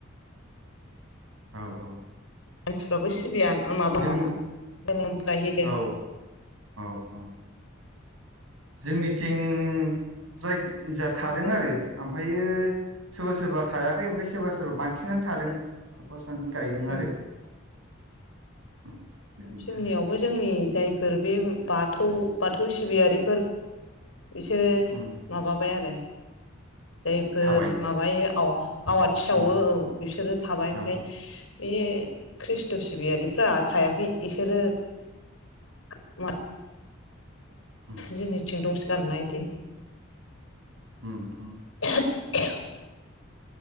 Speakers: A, on the right; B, on the left.
A: औ औ
B: मानसिफ्राबो सि सिबिया माब नंङाना
A: जों
B: <unintelligible> गायहैदों।
A: औ औ औ जोंनिथिं <unintelligible> थादों आरो ओमफायो सोरबा सोरबा थायाखै ओमफ्राय सोरबा सोरबा बांसिनानो थादों साफा सानै गायदों
B: उम
A: आरो। उम, बिनि
B: जोंनियावबो
A: थाखाय
B: जोंनि जायफोर बे बाथौ बाथौ सिबियारिफोर बिसोरो
A: उम
B: माबाबाय आरो। जायफोर
A: थाबाय
B: माबायो आवा आवाथि सावो
A: उम
B: औ बिसोरो थाबाय ओमफाय
A: औ
B: बे खृष्ट' सिबियारिफ्रा थायाखै इसोरो <unintelligible>
A: उम
B: जोंनिथिं दंसो गारोना इदि
A: हुम हुम
B: <unintelligible>